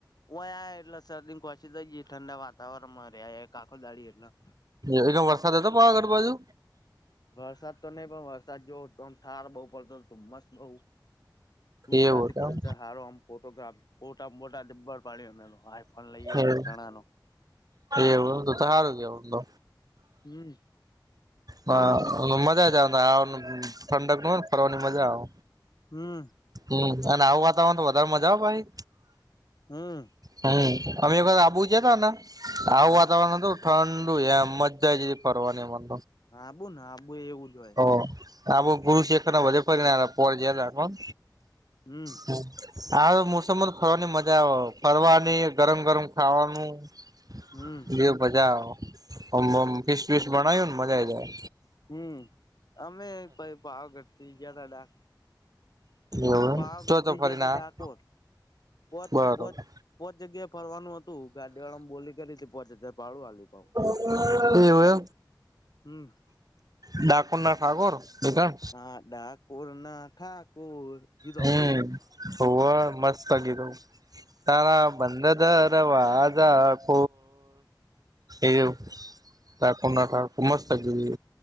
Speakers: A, on the left (about 60°); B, on the right (about 55°).
A: વયા એટલે શરદી ન ખાસી થઈ ગી ઠંડા વાતાવરણમાં રે-રે-રે-ક આખો દાળી એટલા
B: <inaudible> વરસાદ હતો પાવાગઢ બાજુ
A: વરસાદ તો નઈ પણ વરસાદ જોવ તોમ થાર બઉ પડતો હતો મસ્ત બઉ ગુજરાતી
B: એવું હતું
A: કલ્ચર હારો આમ ફોટોગ્રાફ ફોટા મોટાને ભર પાલે અમે ત આઈફોન લઈ ગ્યા
B: એમ
A: તા ઘણા ન
B: એવું તો ત હારું કેવ તો
A: હમ
B: હા-આ-આ-આ મ મજા જ આન ઠંડક ન હોય ફરવાની મજા આવ.
A: હમ્મ
B: હમ્મ અને આવું વાતાવણ હો તો મજા આવ ભાઈ
A: હમ
B: હમ્મ અમે એક વાર આબુ જ્યાં તા ના આવું
A: હા
B: વાતાવરણ તો ઠંડુ એમ જ જાય જે પરવાનીમાં
A: આબુ ના આબુ એવું જ હોય
B: ઓ આ બો પુરુક્ષેત્ર વધે <inaudible> કોણ?
A: હમ્મ
B: હમ્મ, આ મોસમન ફરવાની મજા આવ-વ-વ ફરવાની ગરમ ગરમ ખાવાનું. <unintelligible>
A: હમ્મ
B: દેવ પજા અમ અમ ક્વિસ ક્વિસ માણાંયું ન મઝા આવી જાય.
A: હમ્મ અમે પ પાવાગઢથી ગ્યા તા ડા
B: એવું એમ
A: પાવાગઢ
B: તો તો
A: થી
B: ફરીને
A: ગ્યાતા
B: આયા
A: ડાકોર પોત
B: બરોબર
A: પોત પોચ જગ્યાએ ફરવાનું હતું, ગાડી વાળામ બોલી કાઢી કે પાંચ હજાર ભાળું આલવું પડ
B: <inaudible> એવું એ
A: હમ
B: ડાકોર ના ઠકોર દકન
A: હા, ઠાકોર ના ઠાકોર ગીત સાંભળ્યું
B: હમ્મ
A: છે ને
B: હો મસ્ત લાગી ત તારા બંદર વા આજ ફ એ <inaudible> ત કોનાથ ક મજ થ <inaudible>